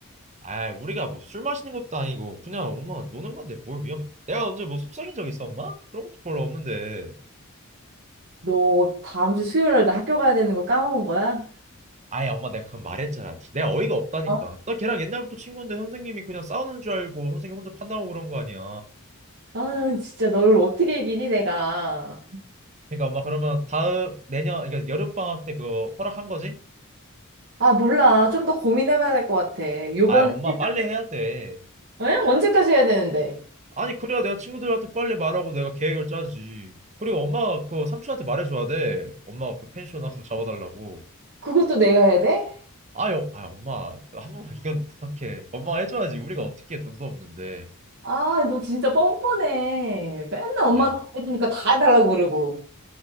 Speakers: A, on the right (about 35°); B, on the right (about 55°).
A: 아 우리가 뭐 술 마시는 것도 아니고 그냥 엄마 노는 건데 뭘 위험해. 내가 언제 뭐 속삭인 적 있어, 엄마? 그런 것도 별로 없는데.
B: 너 다음 주 수요일에 나 학교 가야 되는 거 까먹은 거야?
A: 아예 엄마 내가 그건 말했잖아. 내가 어이가 없다니까.
B: 어?
A: 나 걔랑 옛날부터 친구인데 선생님이 그냥 싸우는 줄 알고 선생님 혼자 판단하고 그런 거 아니야.
B: 아, 진짜 너를 어떻게 이기니, 내가.
A: 그러니까 엄마 그러면 다음 내년 그러니까 여름방학 때 그거 허락한 거지?
B: 아, 몰라. 좀 더 고민해봐야 될 것 같아. 요번에
A: 아 엄마
B: 일단,
A: 빨리 해야 돼.
B: 응? 언제까지 해야 되는데?
A: 아니, 그래야 내가 친구들한테 빨리 말하고 내가 계획을 짜지. 그리고 엄마가 그 삼촌한테 말해줘야 돼. 엄마가 그 펜션 한번 잡아달라고.
B: 그것도 내가 해야 돼?
A: 아유, 아 엄마, 그한 번만 이건 부탁해. 엄마가 해줘야지. 우리가 어떻게 해, 돈도 없는데.
B: 아, 너 진짜 뻔뻔해. 맨날 엄마가
A: 아유,
B: 다 해주니까 다 해달라고 그러고.